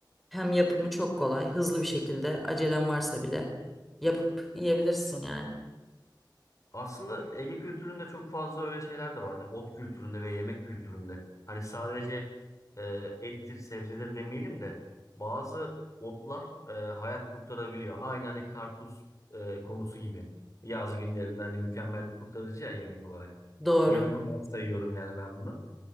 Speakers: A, in the centre; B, on the left.
A: hem yapımı çok kolay. Hızlı bir şekilde acelen varsa bile yapıp yiyebilirsin yani.
B: Aslında Ege kültüründe çok fazla öyle şeyler de var. Hani ot kültüründe ve yemek kültüründe. Hani sadece e, ettir, sebzedir demeyelim de bazı otlar e, hayat kurtarabiliyor. Aynı hani karpuz e, konusu gibi. Yaz günlerinde hani mükemmel bir kurtarıcı ya yemek olarak.
A: Doğru.
B: Yemek olarak sayıyorum yani ben bunu.